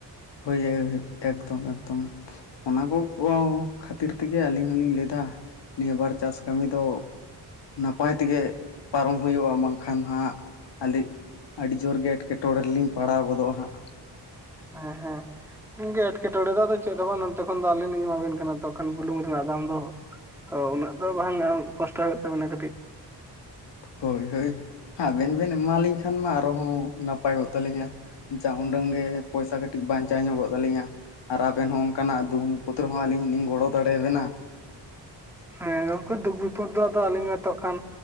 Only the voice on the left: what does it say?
ᱦᱳᱭ ᱦᱳᱭ ᱮᱠᱫᱚᱢ ᱮᱠᱫᱚᱢ ᱚᱱᱟ ᱠᱚ ᱠᱚᱦᱚᱸ ᱠᱷᱟᱹᱛᱤᱨ ᱛᱮᱜᱮ ᱟᱹᱞᱤᱧ ᱦᱚᱞᱤᱧ ᱞᱟᱹᱭ ᱫᱟ ᱱᱤᱭᱟᱹ ᱵᱟᱨ ᱪᱟᱥ ᱠᱟᱹᱢᱤ ᱫᱚ ᱱᱟᱯᱟᱭ ᱛᱮᱜᱮ ᱯᱟᱨᱚᱢ ᱦᱩᱭᱩᱜ-ᱟ ᱵᱟᱝᱠᱷᱟᱱ ᱦᱟᱸᱜ ᱟᱞᱤᱡ ᱟᱹᱰᱤ ᱡᱳᱨ ᱜᱮ ᱮᱴᱠᱮᱴᱚᱬᱮ ᱨᱮᱞᱤᱧ ᱯᱟᱲᱟᱣ ᱜᱚᱫᱚᱜ-ᱟ ᱦᱟᱸᱜ
ᱦᱳᱭ ᱦᱳᱭ ᱟᱵᱮᱱ ᱵᱮᱱ ᱮᱢᱟᱞᱤᱧ ᱠᱷᱟᱱ ᱢᱟ ᱟᱨ ᱦᱚᱸ ᱱᱟᱯᱟᱭᱚᱜ ᱛᱟᱹᱞᱤᱧᱟ᱾ ᱡᱟ ᱩᱸᱰᱟᱹᱝ ᱜᱮ ᱯᱚᱭᱥᱟ ᱠᱟᱹᱴᱤᱡ ᱵᱟᱧᱪᱟᱣ ᱧᱚᱜᱚᱜ ᱛᱟᱹᱞᱤᱧᱟ᱾ ᱟᱨ ᱟᱵᱮᱱ ᱦᱚᱸ ᱚᱱᱠᱟᱱᱟᱜ ᱫᱩᱠᱵᱤᱯᱚᱫ ᱨᱮᱦᱚᱸ ᱟᱹᱞᱤᱧ ᱦᱚᱸ ᱞᱤᱧ ᱜᱚᱲᱚ ᱫᱟᱲᱮᱭᱟᱵᱮᱱᱟ᱾